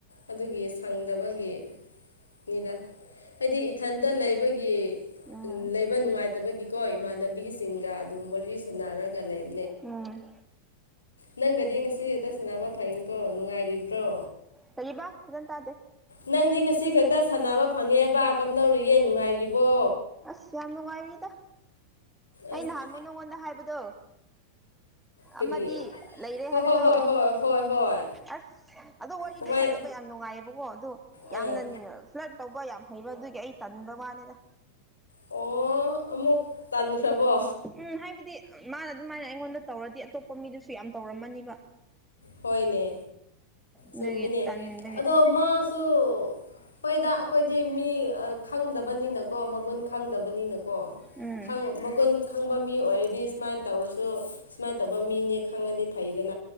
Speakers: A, on the left (about 75°); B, in the centre.
A: ꯑꯗꯨꯒꯤ ꯐꯪꯗꯕꯒꯤꯅꯤꯗ ꯍꯥꯏꯗꯤ ꯏꯊꯟꯇ ꯂꯩꯕꯒꯤ
B: ꯎꯝ
A: ꯎ ꯂꯩꯕ ꯅꯨꯡꯉꯥꯏꯇꯕꯒꯤꯀꯣ ꯏꯃꯥꯟꯅꯕꯤꯁꯤꯡꯒ ꯑꯗꯨꯝ ꯋꯥꯔꯤ ꯁꯥꯟꯅꯔꯒ ꯂꯩꯕ
B: ꯎꯝ
A: ꯅꯪꯒꯗꯤ ꯉꯁꯤ ꯍꯦꯛꯇ ꯁꯥꯟꯅꯕ ꯐꯩꯗꯣ ꯅꯨꯡꯉꯥꯏꯔꯤꯕ꯭ꯔꯣ
B: ꯀꯔꯤꯕ ꯑꯗꯨ ꯇꯗꯦ
A: ꯅꯪꯗꯤ ꯉꯁꯤ ꯈꯛꯇ ꯁꯥꯟꯅꯕ ꯐꯪꯉꯦꯕ ꯀꯝꯗꯧꯔꯤꯒꯦ ꯅꯨꯡꯉꯥꯏꯔꯤꯕꯣ
B: ꯑꯁ ꯌꯥꯝ ꯅꯨꯡꯉꯥꯏꯔꯤꯗ ꯑꯩ
A: ꯑꯁ
B: ꯅꯍꯥꯟꯃ ꯅꯉꯣꯟꯗ ꯍꯥꯏꯕꯗꯣ
A: ꯀꯔꯤ
B: ꯑꯃꯗꯤ ꯂꯩꯔꯦ
A: ꯍꯣꯏ
B: ꯍꯥꯏꯕꯗꯣ
A: ꯍꯣꯏ ꯍꯣꯏ ꯍꯣꯏ ꯍꯣꯏ ꯍꯣꯏ
B: ꯑꯁ ꯑꯗꯨ ꯋꯥꯔꯤꯗꯤ
A: ꯀꯃꯥꯏ
B: ꯁꯥꯟꯅꯕ ꯌꯥꯝ ꯅꯨꯡꯉꯥꯏꯌꯦꯕꯀꯣ ꯑꯣ
A: ꯑꯥ
B: ꯌꯥꯝꯅ ꯐ꯭ꯂꯠ ꯇꯧꯕ ꯌꯥꯝ ꯍꯩꯕꯗꯨꯒꯤ ꯑꯩ ꯇꯟꯕ ꯃꯥꯅꯤꯗ
A: ꯑꯣ ꯑꯃꯨꯛ ꯇꯟꯈ꯭ꯔꯕꯣ
B: ꯎꯝ ꯍꯥꯏꯕꯗꯤ ꯃꯥꯅ ꯑꯗꯨꯃꯥꯏꯅ ꯑꯩꯉꯣꯟꯗ ꯇꯧꯔꯗꯤ ꯑꯇꯣꯞꯄ ꯃꯤꯗꯨꯁꯨ ꯌꯥꯝ ꯇꯧꯔꯝꯃꯅꯤꯕ
A: ꯍꯣꯏꯅꯦ
B: ꯑꯗꯨꯒꯤ
A: ꯆꯃꯤꯅꯦ
B: ꯇꯟꯕꯒꯤ
A: ꯑꯗꯣ ꯃꯥꯁꯨ ꯍꯣꯏꯗ ꯑꯩꯈꯣꯏꯗꯤ ꯃꯤ ꯈꯪꯗꯕꯅꯤꯅꯀꯣ ꯃꯒꯨꯟ ꯈꯪꯗꯕꯅꯤꯅꯀꯣ
B: ꯎꯝ
A: ꯃꯒꯨꯟ ꯈꯪꯕ ꯃꯤ ꯑꯣꯏꯔꯗꯤ ꯁꯨꯃꯥꯏꯅ ꯇꯧꯔꯁꯨ ꯁꯨꯃꯥꯏꯅ ꯇꯧꯕ ꯃꯤꯅꯤ ꯈꯪꯉꯗꯤ ꯐꯩꯗꯅꯤ